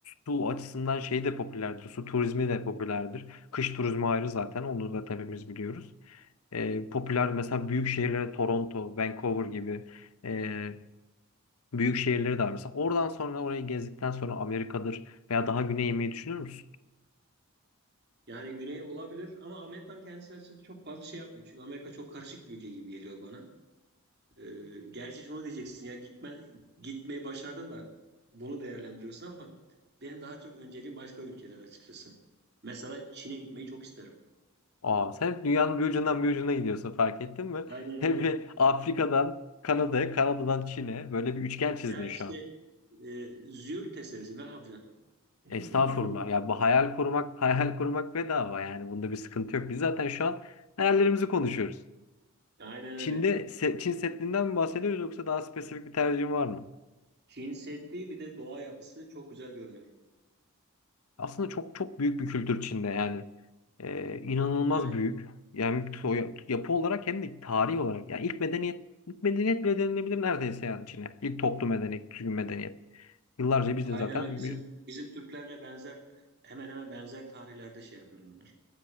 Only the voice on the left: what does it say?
su açısından şey de popülerdir. Su turizmi de popülerdir. Kış turizmi ayrı zaten. Onu da hepimiz biliyoruz. e, popüler mesela büyük şehirlere Toronto, Vancouver gibi e, büyük şehirleri de var. Mesela oradan sonra orayı gezdikten sonra Amerika'dır veya daha güneye yemeyi düşünür müsün?
Aa, sen hep dünyanın bir ucundan bir ucuna gidiyorsun fark ettin mi?
<laughs> Hep
bir Afrika'dan Kanada'ya, Kanada'dan Çin'e böyle bir üçgen çizdin
şu an.
Estağfurullah. Ya bu hayal kurmak, <laughs> hayal kurmak bedava yani. Bunda bir sıkıntı yok. Biz zaten şu an hayallerimizi konuşuyoruz.
Çin'de
se- Çin Seddi'nden mi bahsediyoruz yoksa daha spesifik bir tercihim var mı?
Aslında çok çok büyük bir kültür içinde yani. Ee, inanılmaz
büyük. Yani to- yapı olarak hem de tarih olarak. Yani ilk medeniyet ilk medeniyet bile denilebilir neredeyse yani Çin'e. İlk toplu medeniyet, düzgün medeniyet. Yıllarca biz
de zaten